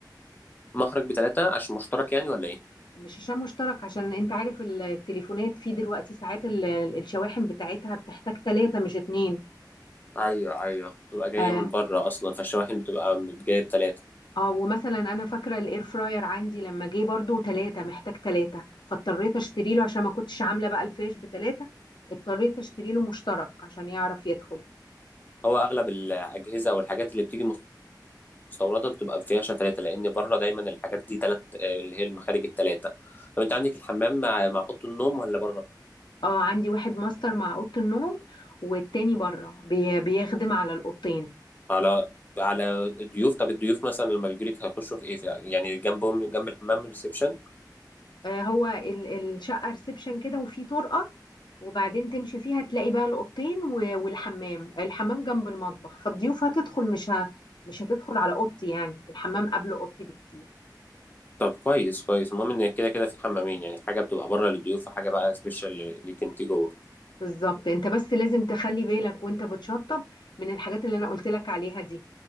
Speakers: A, on the left; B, on the left.
A: مخرج بتلاتة عشان مشترك يعني ولا ايه
B: مش شاشة مشترك عشان انت عارف ال- التليفونات فيه دلوقتي ساعات ال- الشواحن بتاعتها بتحتاج تلاتة مش اتنين
A: ايوه ايوه بتبقى جايه
B: آه،
A: من بره اصلا فالشواحن بتبقى جايه بتلاتة
B: اه ومثلا انا فاكره الاير فراير عندي لما جه برضو ثلاثه محتاج ثلاثه فاضطريت اشتري له عشان ما كنتش عامله بقى الفيش بثلاثه اضطريت اشتري له مشترك عشان يعرف يدخل
A: هو اغلب الاجهزه او الحاجات اللي بتيجي مستورده بتبقى فيها تلاتة لان بره دايما الحاجات دي تلات آه، اللي هي المخارج التلاتة طب انت عندك الحمام مع مع اوضه النوم ولا بره
B: اه عندي واحد ماستر مع اوضه النوم والتاني بره بي بيخدم على الاوضتين
A: على على الضيوف طب الضيوف مثلا لما بيجوا لك هيخشوا في ايه في يعني جنبهم جنب الحمام ريسبشن
B: آه هو ال- الشقه ريسبشن كده وفي طرقه وبعدين تمشي فيها تلاقي بقى الاوضتين و- والحمام الحمام جنب المطبخ فالضيوف هتدخل مش ه... مش هتدخل على اوضتي يعني الحمام قبل اوضتي بكتير
A: طب كويس كويس المهم ان كده كده في حمامين يعني حاجه بتبقى بره للضيوف وحاجه بقى سبيشال ليك انت جوه
B: بالظبط انت بس لازم تخلي بالك وانت بتشطب من الحاجات اللي انا قلت لك عليها دي